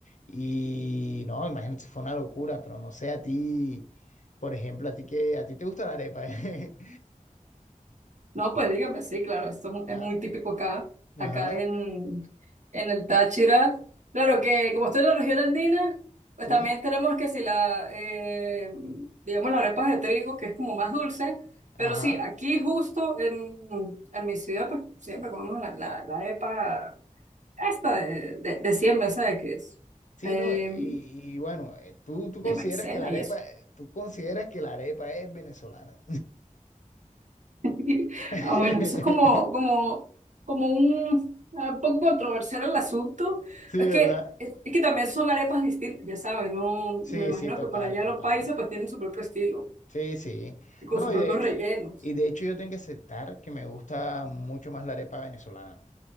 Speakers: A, on the left (about 65°); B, on the right (about 60°).
A: Y no, imagínate, fue una locura, pero no sé a ti, por ejemplo, a ti que a ti te gusta la arepa, <laughs> ¿eh?
B: No, pues dígame, sí, claro, esto es mu-
A: Claro.
B: es muy típico acá,
A: Ajá.
B: acá en, en el Táchira. Claro que como estoy en la región andina, pues
A: Sí.
B: también tenemos que si la, eh, digamos, las arepas de trigo, que es como más dulce,
A: Ajá.
B: pero sí, aquí justo en, en mi ciudad, pues siempre comemos la, la, la arepa esta de, de, de siembra, ¿sabes? qué es
A: Sí,
B: eh,
A: no, y, y bueno, eh, tú, tú
B: de
A: consideras
B: maicena
A: que la arepa,
B: y eso.
A: eh, tú consideras que la arepa es venezolana.
B: <laughs>
A: <laughs>
B: Ah, bueno, eso es como, como, como un, un poco controversial el asunto.
A: Sí,
B: Es que,
A: ¿verdad?
B: es, que también son arepas distintas, ya sabes, ¿no?
A: Sí,
B: Me imagino
A: sí, total,
B: que para allá
A: total.
B: los países pues tienen su propio estilo
A: Sí, sí.
B: y con
A: No,
B: sus
A: y
B: propios
A: de hecho,
B: rellenos.
A: y de hecho yo tengo que aceptar que me gusta mucho más la arepa venezolana.